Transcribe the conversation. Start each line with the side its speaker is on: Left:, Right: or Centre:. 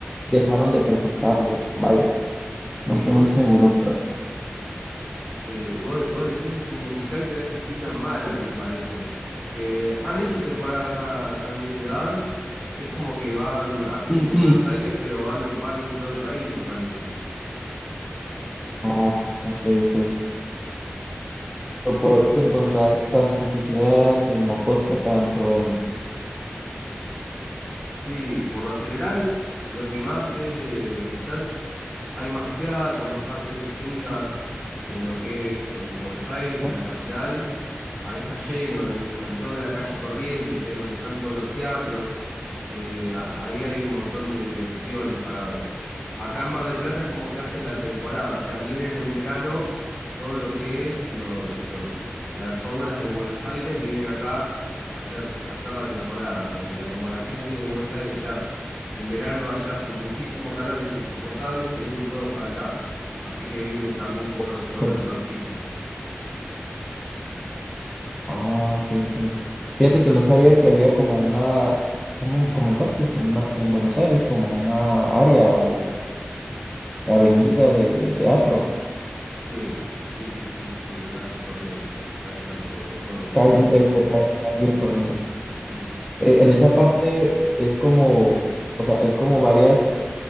Centre: dejaron de presentarlo. Vaya,
Left: sí,
Centre: no estoy
Left: vos,
Centre: muy seguro, pero
Left: eh, vos, vos decís es un musical que hace Sigrid Mahler, me parece. Que han hecho temporada acá, acá en mi ciudad. Es como que van, hacen
Centre: sí,
Left: en
Centre: sí.
Left: Buenos Aires, pero van, van en todo el país, me parece.
Centre: Ah, ok, ok. Lo puedes encontrar tanto en tu ciudad, en la costa, tanto en...
Left: Sí, por lo general lo que más es de, quizás hay más teatro, más artes escénicas en lo que es en Buenos Aires,
Centre: Ah,
Left: en la capital. Ahí está lleno, eh, sobre todo en la calle Corrientes, que es donde están todos los teatros. Eh, a- ahí hay un montón de, de opciones para ver. Acá en Bar del Plata es como que hacen la temporada, o sea, vienen en verano todo lo que es lo- lo- las obras de Buenos Aires, vienen acá hacer, hacer la temporada, porque la, como la gente de Buenos Aires ya en verano allá hace muchísimo calor, es insoportable, se vienen todos para acá. Así que vienen también
Centre: en el
Left: todos
Centre: bosque.
Left: todos los artistas.
Centre: Ah, ok, ok. Fíjate que no sabía que había como una, ¿cómo comentaste? Es Una, en Buenos Aires, como una área o avenida de, de teatro.
Left: Sí, sí, sí, sí, sí, la calle Corrientes. Ahí están todo- todos los teatros.
Centre: Calle, eso, ca- calle, corriente.
Left: Mm.
Centre: E- En esa parte es como, o sea, es como varias